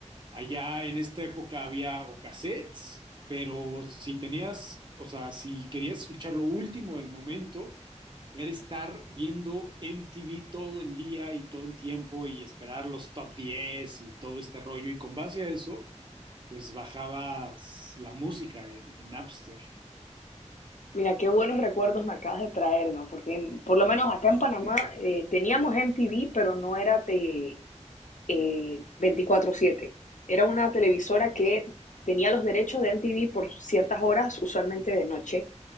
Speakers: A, on the right (about 40°); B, on the left (about 80°).
A: Allá en esta época había o cassettes, pero si tenías, o sea, si querías escuchar lo último del momento, era estar viendo MTV todo el día y todo el tiempo y esperar los top 10 y todo este rollo. Y con base a eso, pues bajabas la música en, en Napster.
B: Mira, qué buenos recuerdos me acabas de traer, ¿no? Porque por lo menos acá en Panamá eh, teníamos MTV, pero no era de eh, 24/7. Era una televisora que tenía los derechos de MTV por ciertas horas, usualmente de noche,